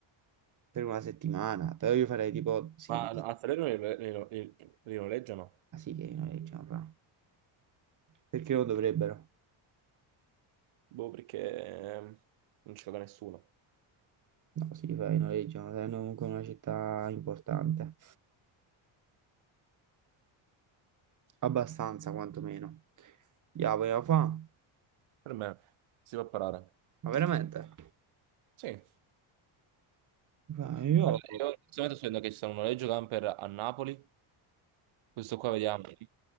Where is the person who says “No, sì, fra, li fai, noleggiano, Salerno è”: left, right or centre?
Right